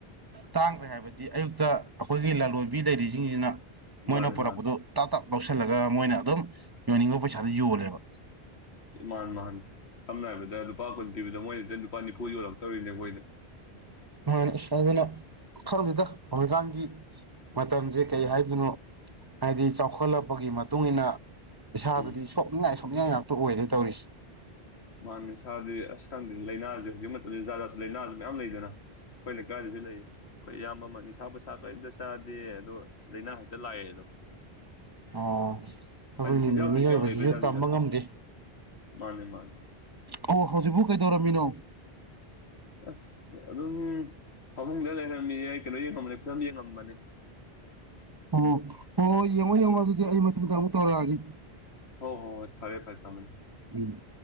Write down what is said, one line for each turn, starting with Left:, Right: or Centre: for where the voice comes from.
Right: ꯇꯥꯡꯈ꯭ꯔꯦ ꯍꯥꯏꯕꯗꯤ ꯑꯌꯨꯛꯇ ꯑꯩꯈꯣꯏꯒꯤ ꯂꯥꯂꯣꯟꯕꯤ ꯂꯩꯔꯤꯁꯤꯡꯁꯤꯅ ꯃꯣꯏꯅ
Left: ꯃꯥꯅꯦ
Right: ꯄꯨꯔꯛꯄꯗꯨ
Left: ꯃꯥꯅꯦ
Right: ꯇꯥ ꯇꯞ ꯂꯧꯁꯤꯜꯂꯒ ꯃꯣꯏꯅ ꯑꯗꯨꯝ ꯌꯣꯟꯅꯤꯡꯕ ꯄꯩꯁꯥꯗꯨ ꯌꯣꯜꯂꯦꯕ
Left: ꯃꯥꯟꯅ‌ꯦ ꯃꯥꯥꯟꯅ‌ꯦ ꯁꯝꯅ ꯍꯥꯏꯔꯕꯗ ꯂꯨꯄꯥ ꯀꯨꯟ ꯄꯤꯕꯗ ꯃꯣꯏꯁꯤꯗ ꯂꯨꯄꯥ ꯅꯤꯐꯨ ꯌꯣꯜꯂꯛꯇꯧꯔꯤꯅꯦ ꯑꯩꯈꯣꯏꯅ
Right: ꯍꯣꯏ ꯑꯁ ꯑꯗꯨꯅ ꯈꯪꯗ‌ꯦꯗꯥ ꯍꯧꯖꯤꯛꯀꯥꯟꯒꯤ ꯃꯇꯝꯁꯦ ꯀꯩ ꯍꯥꯏꯗꯣꯏꯅꯣ ꯍꯥꯏꯗꯤ ꯆꯥꯎꯈꯠꯂꯛꯄꯒꯤ ꯃꯇꯨꯡ ꯏꯟꯅ ꯏꯁꯥꯕꯨꯗꯤ
Left: ꯎꯝ
Right: ꯁꯣꯛꯅꯤꯡꯉꯥꯏ ꯁꯣꯛꯅꯤꯡꯉꯥꯏ ꯉꯥꯏ ꯇ ꯑꯣꯏꯔꯦ ꯇꯧꯔꯤꯁꯦ
Left: ꯃꯥꯅꯦ ꯁꯥꯗꯤ ꯑꯁ ꯈꯪꯗ ꯂꯥꯏꯅꯥꯁꯦ ꯍꯧꯖꯤꯛ ꯃꯇꯝꯗ ꯖꯥꯖꯥꯠꯁꯨ ꯂꯩꯅꯥꯁꯨ ꯃꯌꯥꯝ ꯂꯩꯗꯅ ꯑꯩꯈꯣꯏ ꯂꯩꯀꯥꯏꯗꯁꯨ ꯂꯩ ꯑꯩꯈꯣꯏ ꯏꯌꯥꯝꯕ ꯑꯃ ꯅꯤꯁꯥ ꯄꯥꯁ ꯀꯔꯤꯝꯇ ꯆꯥꯗꯦ ꯑꯗꯣ ꯂꯥꯏꯅꯥ ꯍꯦꯛꯇ ꯂꯥꯛꯑꯦ ꯑꯗꯣ
Right: ꯑꯣ ꯑꯗꯨꯅꯤꯅꯦ
Left: ꯍꯥꯏꯗꯤ ꯆꯤꯟꯖꯥꯛꯇꯁꯨ
Right: ꯃꯤꯑꯣꯏꯕꯁꯤꯁꯨ
Left: ꯌꯥꯝ ꯂꯩꯕꯖꯥꯠꯅꯤꯗ
Right: ꯇꯝꯕ ꯉꯝꯗꯦ
Left: ꯃꯥꯅꯤ ꯃꯥꯅꯤ
Right: ꯑꯣ ꯍꯧꯖꯤꯛꯄꯨ ꯀꯩꯗꯧꯔꯝꯃꯤꯅꯣ
Left: ꯑꯁ ꯑꯗꯨꯝ ꯐꯃꯨꯡꯗ ꯂꯩꯔꯝꯃꯤ ꯀꯩꯅꯣ ꯌꯦꯡꯉꯝꯕꯅꯤ ꯐꯤꯂꯝ ꯌꯦꯡꯉꯝꯕꯅꯤ
Right: ꯑꯣ ꯍꯣꯏ ꯍꯣꯏ ꯌꯦꯡꯉꯣ ꯌꯦꯡꯉꯣ ꯑꯗꯨꯗꯤ ꯑꯩ ꯃꯊꯪꯗ ꯑꯃꯨꯛ ꯇꯧꯔꯛꯑꯒꯦ
Left: ꯍꯣꯏ ꯍꯣꯏ ꯐꯔꯦ ꯐꯔꯦ ꯊꯝꯃ‌ꯦ
Right: ꯎꯝ